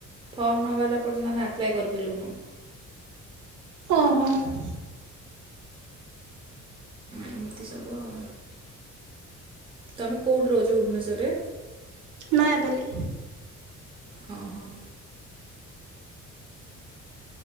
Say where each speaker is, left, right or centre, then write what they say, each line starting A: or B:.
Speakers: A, on the right; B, on the right.
A: ଫର୍ମ ନ ବାହାରିଲା ପର୍ଯ୍ୟନ୍ତ ଆମେ ଆପ୍ଲାଏ କରିପାରିବୁନୁ।
B: ଓହୋ ହଁ।
A: ଏମିତି ସବୁ ଆଉ ତମେ କୋଉଠି ରହୁଛ ଭୁବନେଶ୍ୱରରେ?
B: ନୟାପାଲ୍ଲି।
A: ହଁ ହଁ